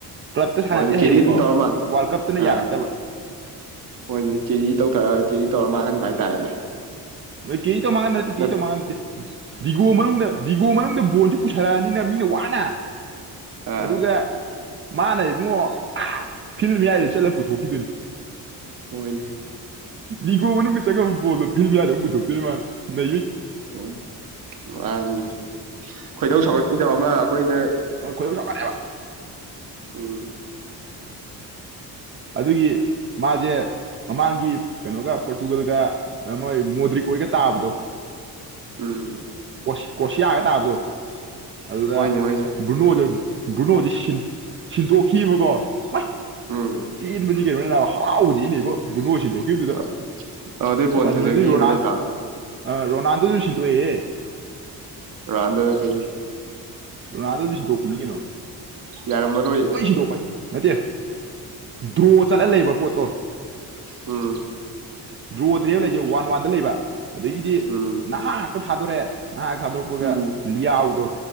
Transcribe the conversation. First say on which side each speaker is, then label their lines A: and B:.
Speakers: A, on the right (about 35°); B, on the right (about 60°).
A: ꯀ꯭ꯂꯞꯇ ꯁꯥꯟꯅꯕꯗꯤ
B: ꯍꯣꯏꯅꯦ ꯀꯦꯔꯤ
A: ꯍꯩꯌꯦꯕꯀꯣ
B: ꯑꯗꯨꯝ ꯇꯧꯔ ꯃꯥ
A: ꯋꯥꯔꯜ ꯀꯞꯇꯅ
B: ꯑꯥ
A: ꯌꯥꯔꯛꯇꯕ
B: ꯍꯣꯏꯅꯦ ꯀꯦꯔꯤ ꯇꯧꯊꯔ ꯀꯦꯔꯤ ꯇꯧꯔ ꯃꯥꯡꯍꯟꯕ ꯍꯥꯏꯇꯥꯔꯦꯅꯦ
A: ꯅ ꯀꯦ ꯇꯧ ꯃꯥꯡꯍꯟ ꯅꯠꯇꯦ ꯀꯦ
B: ꯅꯠ,
A: ꯇꯧ ꯃꯥꯡꯍꯟ ꯅꯠꯇꯦ ꯗꯤꯒꯣ ꯃꯅꯨꯡꯗ ꯗꯤꯒꯣ ꯃꯅꯨꯡꯗꯕ ꯄꯨꯁꯜꯂꯛꯑꯅꯤꯅ ꯃꯤꯅ ꯋꯥꯅ
B: ꯑꯥ
A: ꯑꯗꯨꯒ ꯃꯥꯅ ꯏꯕꯨꯡꯉꯣ ꯐꯤꯜ ꯌꯥꯌꯥꯏꯗꯨ ꯆꯠꯂꯒ ꯄꯨꯊꯣꯛꯈꯤꯗꯨꯅꯤ
B: ꯍꯣꯏꯅꯦ
A: ꯃꯤꯒꯣꯕꯅꯃꯤ ꯆꯒ ꯐꯤꯕꯤ ꯌꯥꯗꯕꯨ ꯄꯨꯊꯣꯛꯇꯣꯏ ꯃꯥꯅ ꯅ
B: ꯎꯝ ꯃꯥꯅꯤ ꯈꯣꯏꯗꯧ ꯁꯧꯒꯠꯄꯤꯗꯕ ꯑꯃ ꯑꯩꯈꯣꯏꯅ
A: ꯀꯔꯕ
B: ꯎꯝ
A: ꯑꯗꯨꯒꯤ ꯃꯥꯁꯦ ꯃꯃꯥꯡꯒꯤ ꯀꯩꯅꯣꯒ ꯄꯣꯔꯇꯨꯒꯜꯒ ꯃꯣꯏ ꯃꯣꯗ꯭ꯔꯤꯛ ꯑꯣꯏꯒ ꯇꯥꯕꯗꯣ
B: ꯎꯝ
A: ꯁꯤ ꯀꯁꯤꯒꯦ ꯇꯥ ꯑꯗꯨꯣ ꯑꯗꯨꯗ
B: ꯍꯣꯏꯅꯦ ꯍꯣꯏꯅꯦ
A: ꯕ꯭ꯔꯨꯅꯣꯁꯦ ꯕ꯭ꯔꯨꯅꯣꯁꯦ ꯁꯤꯟꯗꯣꯛꯈꯤꯕꯀꯣ ꯍꯣꯏ
B: ꯎꯝ
A: ꯏꯟꯕꯗꯤ ꯀꯩꯅꯣꯅꯤ ꯅꯥ ꯍꯔꯥꯎꯕꯗꯤ ꯏꯅꯦ ꯏꯕ ꯕꯨꯅꯣꯁꯤꯅꯦ ꯈꯤꯕꯗꯨꯗ
B: ꯑ- ꯑꯗꯨꯗꯩ ꯕꯣꯟ
A: ꯑꯁ ꯑꯗꯨꯗꯗꯤ
B: ꯐꯖꯈꯤꯕ
A: ꯌꯣ ꯅꯍꯥꯟ
B: ꯅꯠꯇ꯭ꯔꯣ
A: ꯑ ꯔꯣꯅꯥꯜꯗꯣꯁꯨ ꯁꯤꯗꯣꯦ ꯍꯦ
B: ꯔꯥꯟꯗꯗ ꯀꯩ
A: ꯅꯥꯥꯗ ꯑꯗꯨꯝ ꯁꯤꯟꯗꯣꯛꯄꯤꯅꯤ ꯀꯩꯅꯣ
B: ꯌꯥꯔꯝꯃꯔꯣꯏꯌꯦ
A: ꯂꯣꯏ ꯁꯤꯟꯗꯣꯛꯄ ꯍꯥꯏꯗꯤꯦ ꯅꯠꯇꯦ ꯗ꯭ꯔꯣ ꯆꯠꯂ ꯂꯩꯕ ꯄꯣꯠꯇꯣ
B: ꯑꯝ
A: ꯗ꯭ꯔꯣ ꯗ꯭ꯔꯦꯕ ꯂꯩꯖꯩ ꯋꯥꯟ ꯋꯥꯟꯗ ꯂꯩꯕ ꯑꯗꯒꯤꯗꯤ
B: ꯎꯝ
A: ꯅꯍꯥ ꯉꯥꯛꯇ ꯊꯥꯗꯣꯔꯦ ꯅꯍꯥꯛ ꯊꯥꯗꯣꯛꯄꯒ
B: ꯎꯝ
A: ꯂꯤꯌꯥꯎꯗꯣ